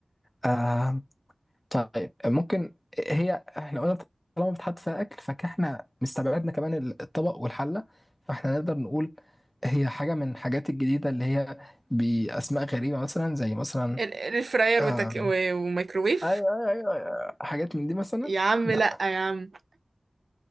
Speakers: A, on the left (about 20°); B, on the right (about 85°).
A: آه طيب ممكن هي احنا قلنا طالما بتحط فيها اكل فاحنا مستبعدنا كمان الطبق والحله فاحنا نقدر نقول هي حاجه من الحاجات الجديده اللي هي باسماء غريبه مثلا زي مثلا
B: ال- الاير فراير
A: آه
B: وتك... و... وميكروويف
A: ايوه ايوه ايوه أيوة. حاجات من دي مثلا
B: يا عم
A: لا
B: لا يا عم